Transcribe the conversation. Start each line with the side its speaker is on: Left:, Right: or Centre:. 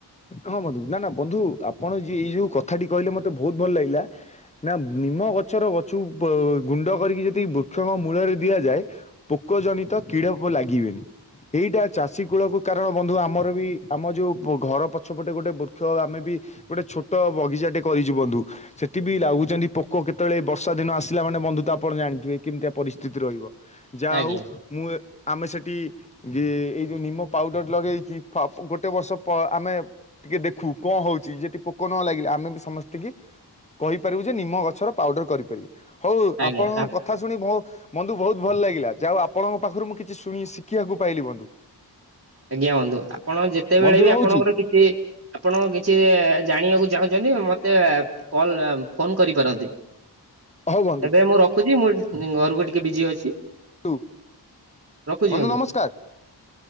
Left: ହଁ ବନ୍ଧୁ ନା ନା ବନ୍ଧୁ ଆପଣ ଯି ଏଇ ଯୋଉ କଥାଟି କହିଲେ ମତେ ବୋହୁତ ଭଲ ଲାଗିଲା। ନା ନିମ ଗଛର ଗଛୁ ପ ଗୁଣ୍ଡ କରିକି ଯଦି ବୃକ୍ଷଙ୍କ ମୂଳରେ ଦିଆଯାଏ ପୋକ ଜନିତ କିଡ଼ ପ ଲାଗିବେନି। ଏଇଟା ଚାଷୀ କୂଳକୁ କାରଣ ବନ୍ଧୁ ଆମର ବି ଆମ ଯୋଉ ମୋ ଘର ପଛପଟେ ଗୋଟେ ବୃକ୍ଷ ଆମେ ବି ଗୋଟେ ଛୋଟ ବଗିଚାଟେ କରିଚୁ ବନ୍ଧୁ ସେ ଠି ବି ଲାଗୁଚନ୍ତି ପୋକ କେତେବେଳେ ଏଇ ବର୍ଷା ଦିନ ଆସିଲା ମାନେ ବନ୍ଧୁ ତ ଆପଣ ଜାଣିଥିବେ କେମିତିଆ ପରିସ୍ଥିତି ରହିବ। ଯାହୋଉ
Right: ଆଜ୍ଞା
Left: ମୁଁ ଏ ଆମେ ସେଠି ଗେ ଏଇ ଯୋଉ ନିମ ପାଉଡର ଲଗେଇକି ଫା ଗୋଟେ ବର୍ଷ ପ ଆମେ ଟିକେ ଦେଖୁ କଣ ହୋଉଚି ଯଦି ପୋକ ନ ଲାଗିଲେ ଆମେ ବି ସମସ୍ତିକି କହିପାରିବୁ ଯେ ନିମ ଗଛର ପାଉଡର କରିପାରିବେ ହୋଉ
Right: ଆଜ୍ଞା
Left: ଆପଣଙ୍କ କ କଥା ଶୁଣି ମୋ ବନ୍ଧୁ ବୋହୁତ ଭଲ ଲାଗିଲା ଯାହୋଉ ଆପଣଙ୍କ ପାଖରୁ ମୁଁ କିଛି ଶୁଣି ଶିଖିବାକୁ ପାଇଲି ବନ୍ଧୁ।
Right: ଆଜ୍ଞା ବନ୍ଧୁ ଆପଣ ଯେତେବେଳେ
Left: ବନ୍ଧୁ
Right: ବି
Left: ରହୁଛି
Right: ଆପଣଙ୍କର କି ଛିବି ଆପଣ କିଛି ଜାଣିବାକୁ ଚାହୁଁଚନ୍ତି ମତେ କଲ୍ ଆ ଫୋନ କରିପାରନ୍ତି।
Left: ହଉ ବନ୍ଧୁ
Right: ଏବେ ମୁଁ ରଖୁଚି ମୁଁ ଇଁ ଘରକୁ ଟିକେ ବିଜି ଅଛି।
Left: ଧୁ
Right: ରଖୁଛି
Left: ବନ୍ଧୁ ନମସ୍କାର।